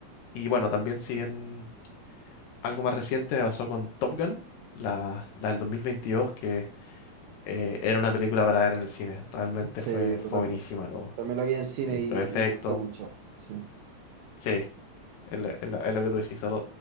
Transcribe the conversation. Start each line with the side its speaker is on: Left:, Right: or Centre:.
Left: Y bueno, también si bien algo más reciente me pasó con Top Gun, la, la del 2022, que eh, era una película para ver en el cine. Realmente
Right: Sí,
Left: fue, fue
Right: totalmente.
Left: buenísima. Lo,
Right: También la vi en el cine
Left: sí,
Right: y,
Left: los efectos.
Right: y me gustó mucho. Sí.
Left: Sí, es lo, es lo- es lo que tú decís.